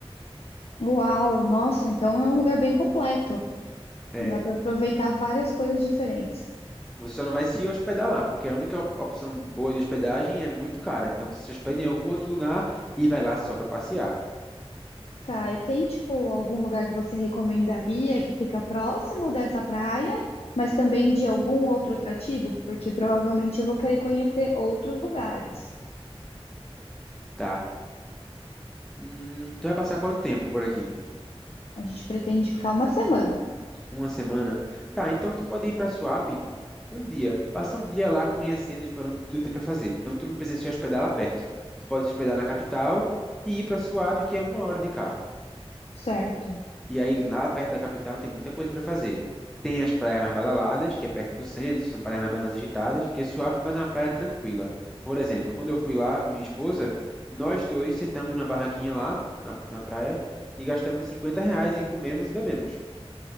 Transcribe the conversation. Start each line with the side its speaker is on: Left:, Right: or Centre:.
Left: Uau, nossa, então é um lugar bem completo.
Centre: É,
Left: Dá para aproveitar várias coisas diferentes.
Centre: você só não vai se hospedar lá, porque a única op- opção boa de hospedagem é muito cara. Então você se hospeda em algum outro lugar e vai lá só para passear.
Left: Tá, e tem tipo algum lugar que você recomendaria que fica próximo dessa praia, mas também de algum outro atrativo? Porque provavelmente eu vou querer conhecer outros lugares.
Centre: Tá. Hum, tu vai passar quanto tempo por aqui?
Left: A gente pretende ficar uma semana,
Centre: Uma semana? Tá, então tu pode ir pra Suape um dia. Passa um dia lá conhecendo, explorando tudo que tem pra fazer. Então tu não precisa se hospedar lá perto. Tu pode se hospedar na capital e ir pra Suape, que é uma hora de carro.
Left: certo?
Centre: E aí, lá perto da capital, tem muita coisa para fazer. Tem as praias mais badaladas, que é perto do centro, são praias mais, mais agitadas, porque Suape é mais uma praia tranquila. Por exemplo, quando eu fui lá com minha esposa, nós dois sentamos na barraquinha lá, na, na praia, e gastamos 50 reais e comemos e bebemos.